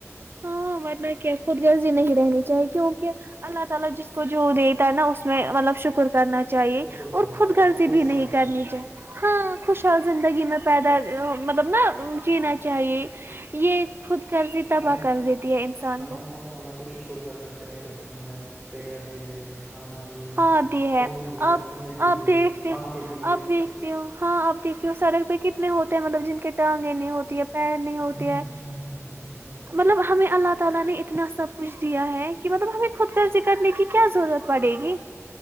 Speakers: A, on the right; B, in the centre.
A: ہاں ورنہ کیا خود غرضی نہیں رہنی چاہیے کیونکہ اللہ تعالی جس کو جو دیتا ہے نا اس میں مطلب شکر کرنا چاہیے
B: شکر کرنا
A: اور خود گغضی
B: خوش
A: بھی
B: ہونا
A: نہیں کرنی چاہیے ہاں خوشحال زندگی میں پیدا ا مطلب نا جینا چاہیے یہ خود کرضی تبق
B: ہمیں
A: کر دیتی ہے انسان
B: ہمیں
A: کو
B: اللہ تعالی کو شکر کرنا چاہیے پیر دیے ہیں ہاتھ دیے ہیں
A: ہاں د ہے
B: کان دیے
A: آپ
B: ہیں سننے کے
A: آپ
B: لیے
A: دیکھتے
B: آنکھیں دیے
A: آپ
B: ہیں۔
A: دیکھتے ہو ہاں اب دیکھی ہو سڑک پہ کتنے ہوتے ہیں مطلب جن کے ٹانگیں نہیں ہوتی ہے پیر نہیں ہوتی
B: بہت
A: ہے
B: بہت زیادہ بہت زیادہ
A: مطلب ہمیں اللہ تعالی نے اتنا سب کچھ دیا ہے کہ مطلب ہمیں خودگر ذکر نہیں کی کیا ضرورت پڑے گی